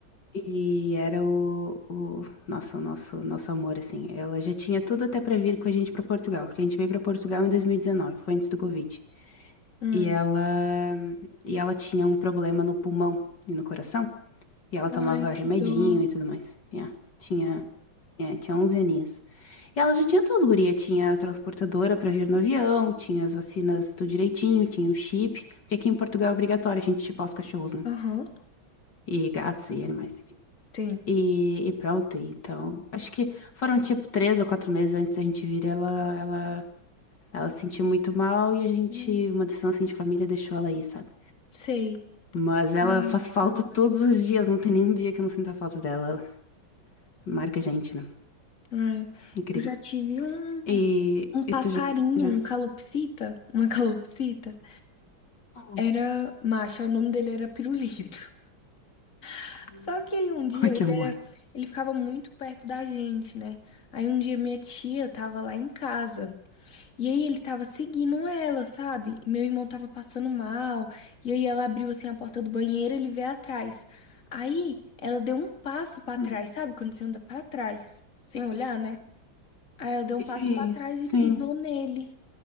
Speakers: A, on the left; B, on the left.
A: E era o, o nossa, o nosso, nosso amor, assim. Ela já tinha tudo até pra vir com a gente pra Portugal, porque a gente veio pra Portugal em 2019, foi antes do Covid.
B: Hum.
A: E ela, e ela tinha um problema no pulmão e no coração, e ela tomava
B: Ai, que
A: remedinho
B: dor.
A: e tudo mais. É, tinha, é, tinha 11 aninhos. E ela já tinha tudo, guria, tinha a transportadora pra vir no avião, tinha as vacinas tudo direitinho, tinha o chip, porque aqui em Portugal é obrigatório a gente chipar os cachorros, né?
B: Aham,
A: E gatos e animais.
B: tem.
A: E, e pronto, e então. Acho que foram tipo três ou quatro meses antes da gente vir, ela, ela, ela se sentiu muito mal e a gente,
B: Hum,
A: uma decisão assim de família, deixou ela aí, sabe?
B: sei.
A: Mas ela
B: Ai,
A: faz
B: que
A: falta
B: dor.
A: todos os dias, não tem nenhum dia que eu não sinta falta dela. Ela marca a gente, né?
B: Ai,
A: Incrível.
B: eu já tive um,
A: E,
B: um passarinho,
A: e tu já, te- já.
B: um calopsita, uma <laughs> calopsita.
A: Oh,
B: Era macho, o nome dele era Pirulito. <laughs> Só que aí um
A: <laughs>
B: dia
A: Ai,
B: ele
A: que amor.
B: era, ele ficava muito perto da gente, né? Aí um dia minha tia tava lá em casa. E aí ele tava seguindo ela, sabe? E Meu irmão tava passando mal. E aí ela abriu assim a porta do banheiro, ele veio atrás. Aí ela deu um passo pra
A: Hum.
B: trás, sabe? Quando você anda pra trás, sem olhar, né? Aí ela deu um passo
A: E,
B: pra trás
A: sim.
B: e pisou nele.